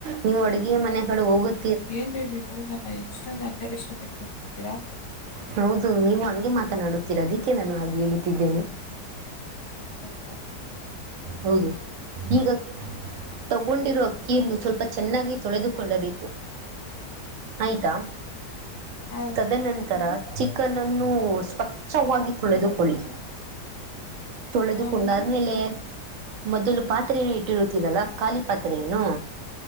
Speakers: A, on the right (about 65°); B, on the left (about 85°).
A: ನೀವು ಅಡುಗೆಯ ಮನೆ ಕಡೆ ಹೋಗುತ್ತ
B: ಏನ್ ರೀ ನೀವು ನನ್ನ ಇಷ್ಟೊಂದ ಅಂಡರ್ ಎಸ್ಟಿಮೇಟ್ ಮಾಡ್ತಿದ್ದೀರಾ.
A: ಹೌದು ನೀವು ಹಂಗೆ ಮಾತನಾಡುತ್ತೀರಾ ಅದಕ್ಕೆ ನಾನು ಹಾಗೆ ಹೇಳುತ್ತಿದ್ದೇನೆ.
B: ಇಲ್ಲಾ.
A: ಹೌದು ಈಗ ತಗೊಂಡಿರೋ ಅಕ್ಕಿಯನ್ನು ಸ್ವಲ್ಪ ಚೆನ್ನಾಗಿ ತೊಳೆದುಕೊಳ್ಳಬೇಕು. ಆಯ್ತಾ
B: ಆಯ್ತು
A: ತದನಂತರ.
B: ಆಮೇಲೆ
A: ಚಿಕನ್ ಅನ್ನು ಸ್ವಚ್ಛವಾಗಿ ತೊಳೆದುಕೊಳ್ಳಿ. ತೊಳೆದುಕೊಂಡಾದ್ಮೇಲೆ
B: ಆಮೇಲೆ
A: ಮೊದಲು ಪಾತ್ರೆಯನ್ನು ಇಟ್ಟಿರುತ್ತೀರಲ್ಲ ಖಾಲಿ ಪಾತ್ರೆಯನ್ನು.